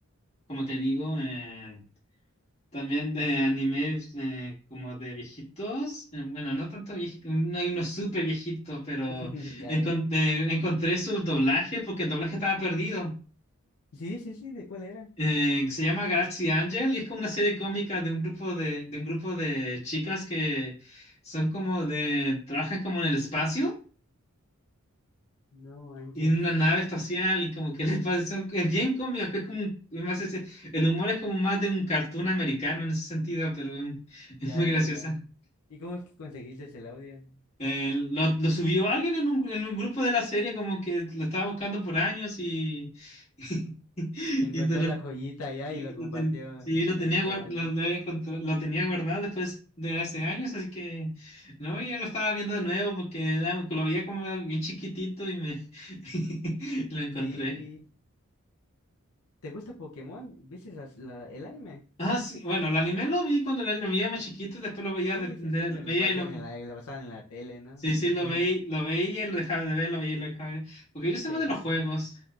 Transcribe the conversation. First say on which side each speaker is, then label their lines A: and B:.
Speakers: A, on the left; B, on the left.
A: como te digo, eh, también de animes eh, como de viejitos, eh, bueno, no tanto viejitos, no hay uno súper viejito, pero
B: <laughs> Ya,
A: encon-
B: ya.
A: eh, encontré su doblaje porque el doblaje estaba perdido.
B: Sí, sí, sí, ¿de cuál era?
A: Eh, se llama Galaxy Angel y es como una serie cómica de un grupo de, de un grupo de chicas que son como de, trabajan como en el espacio
B: No manches.
A: y en una nave espacial y como que <laughs> les pasa, son- es bien cómica, que es como, un- es más ese- el humor es como más de un cartoon americano en ese sentido, pero es,
B: Ya,
A: es muy
B: ya,
A: graciosa.
B: ya. ¿Y cómo es que conseguiste el audio?
A: Eh, lo, lo subió alguien en un, en un grupo de la serie como que lo estaba buscando por años y, <laughs> y,
B: Encontró
A: de
B: la joyita allá
A: Sí,
B: y lo compartió
A: lo, ten- sí, lo tenía,
B: el chavalín.
A: guar- lo, lo había encontrado- lo tenía guardado después de hace años, así que no, ya lo estaba viendo de nuevo porque era- lo veía como bien chiquitito y me <laughs> lo encontré.
B: Sí, ¿te gusta Pokémon? ¿Viste esas- la- el anime?
A: Ah, sí, bueno, el anime lo vi cuando lo veía más chiquito, después lo veía,
B: Sí,
A: de, de-
B: sí, sí,
A: lo
B: cuando
A: veía
B: lo pasaban
A: y lo...
B: en la, lo pasaban en la tele, ¿no?
A: Sí,
B: Y
A: sí,
B: así.
A: lo veía,
B: <laughs>
A: lo veía y lo dejaba de ver, lo veía y lo dejaba de ver. Porque yo soy
B: Sí,
A: más de los juegos.